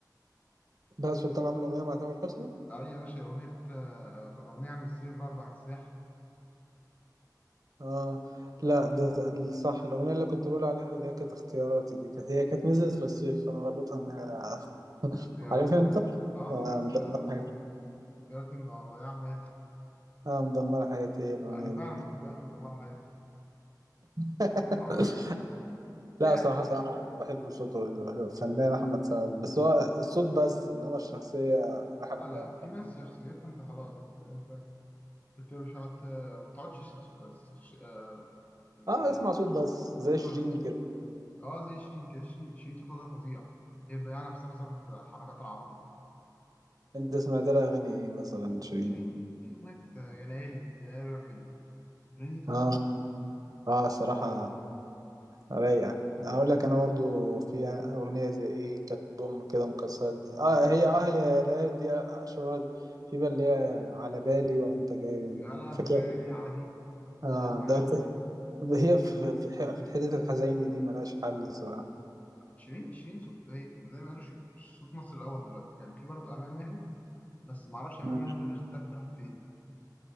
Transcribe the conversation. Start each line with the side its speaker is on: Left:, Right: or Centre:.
Right: بقى سلطان عامل أغنية مع تامر حسني
Left: أيوة يا باشا أغنية آه، كان أغنية عن السيف برضه عن الساحل
Right: أه لا ده ده الصح الأغنية اللي كنت بقول عليها اللي هي كانت اختياراتي دي كانت هي كانت نزلت في الصيف فأنا رابطها إن هي <laughs>
Left: اختياراتي
Right: عارف أنت
Left: اه
Right: آه،
Left: طبعا اختياراتي
Right: مدمرة حياتي
Left: اختياراتي اللي ضيع حياتي
Right: آه، مدمرة حياتي الأغنية
Left: أنا
Right: دي
Left: فعلا اختياراتي اللي دمر حياتي
Right: <laughs>
Left: أو <laughs>
Right: لا
Left: في
Right: صراحة صراحة بحب صوته الفنان أحمد سعد بس هو الصوت بس إنما الشخصية رايحة
Left: لا
Right: في داهية
Left: لا في
Right: خالص.
Left: ناس شخصيتها انت خلاص انت انت انت مش هت ما تقعدش شخص... شخص... آه، يعني
Right: آه اسمع صوت بس زي
Left: صوت بس
Right: شيرين كده
Left: اه زي شيرين كده شيرين شيرين صوتها ده فظيع هي مضيعة نفسها بسبب حركاتها العبيطة دي
Right: أنت سمعت لها أغاني إيه مثلا شيرين؟
Left: شيرين في أغنية آه، يا ليالي دي يا ليالي روحي له الأغنية دي تحفة
Right: آه آه صراحة رايقة أقول لك أنا برضو في أغنية زي إيه كانت بوم كده مكسرة الدنيا آه هي آه هي يا ليالي دي أشهر في بقى اللي هي على بالي ولا أنت جاي
Left: يا لهوي
Right: فاكر
Left: على دي
Right: آه
Left: يا لهوي على
Right: ده
Left: دي
Right: هي في في في الحتت الحزينة دي ملهاش حل صراحة
Left: شيرين شيرين صوت هي زي ما قالوا شي- صوت مصر الأول دلوقتي كان في برضه أمال ماهر بس معرفش أمال
Right: آه.
Left: ماهر اختفت راحت فين